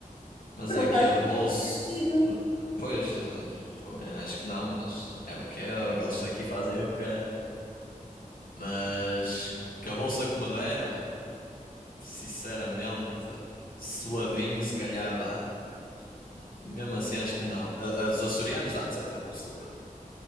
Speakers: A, on the left; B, on the left.
A: Mas
B: Mas
A: aqui
B: não faz
A: a bolsa.
B: muito sentido.
A: hum, Pois, hum, também acho que não, mas é o que é. Eles aqui fazem o que querem. Mas que a bolsa que me deram. Sinceramente, suadinho, se calhar dá. Mesmo assim, acho que não. A, a dos açorianos dá, de certeza absoluta.